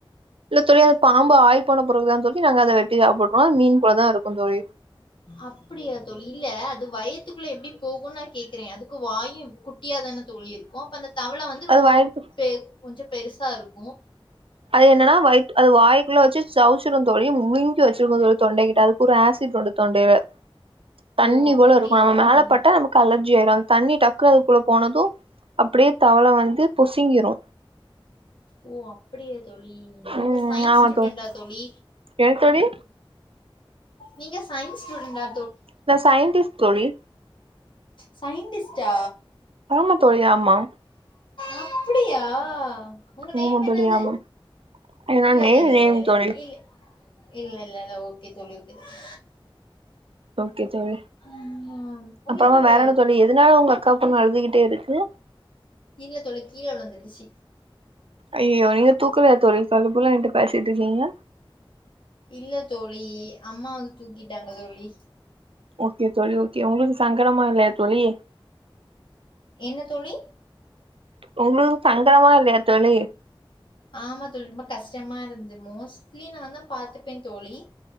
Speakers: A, on the right; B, on the left.
A: இல்ல தோழி அந்த பாம்பு ஆய் போன பிறகுதா தோழி நாங்க அத வெட்டி சாப்பிடறோ அது மீன் போலதா இருக்கு தோழி
B: அப்படியா இல்ல அது வயித்துக்குள்ள எப்பிடி போகு நா கேக்குறே அதுக்கு வாயு குட்டியா தான தோழி இருக்கு அப்ப அந்த தவள வந்து ரொம்ப
A: அது வயித்து
B: பே கொஞ்ச பெருசா இருக்கு
A: அது என்னனா வயித் அது வாய்குள்ள வச்சு சவுச்சிரு தோழி முழுங்கி வச்சிருக்கு அதோட தொண்டை கிட்ட ஒரு ஆஸி ட் ஓடு தொண்டைல தண்ணி
B: ஓ! அப்படியா
A: போல இருக்கு நம்ம
B: தோழி?
A: மேலபட்டா நமக்கு அலர்ஜி ஆயிரு அந்த தண்ணி டக் குனு அதுக்குள்ள போனது அப்பிடியே தவள வந்து பொசுங்கிரு
B: ஓ அப்புடிய தோழி நீங்க
A: ம்
B: சயின்ஸ்
A: ஆமா
B: ஸ்டூடெண்டா தோழி
A: என்ன தோழி
B: நீங்க சயின்ஸ் ஸ்டூடண்டா
A: நா சயின்டிஸ்ட் தோழி
B: சயின்டிஸ்டா
A: ஆமா தோழி ஆமா
B: அப்புடியா உங்க நேம்
A: ஆமா
B: என்னது
A: தோழி ஆமா ஏனா
B: இல்ல
A: நேம்
B: இல்ல இல்ல
A: நேம்
B: இல்ல
A: தோழி
B: இல்லே இல்லல்ல இல்ல ஓகே தோழி ஓகே தோழி
A: ஓகே தோழி
B: ம். உங்களுக்கு
A: அப்பறமா வேற என்ன தோழி எதனால உங்க அக்கா பொண்ணு அழுதுகிட்டே இருக்கு
B: இல்ல தோழி கீழ விழுந்துடுச்சு
A: ஐயயோ நீங்க தூக்கவேல தோழி அதுக்குள்ள என்ட்ட பேசிட்ருக்கிங்க
B: இல்ல தோழி அம்மா வந்து தூக்கிட்டாங் க தோழி
A: ஓகே தோழி ஓகே உங்களுக்கு சங்கடமா இல்லயா தோழி
B: என்ன தோழி
A: உங்களுக்கு சங்கடமா இல்லயா தோழி
B: ஆமா தோழி ரொம்ப கஷ்டமா இருந்து மோஸ்ட்லி நாந்தா பாத்துப்பே தோழி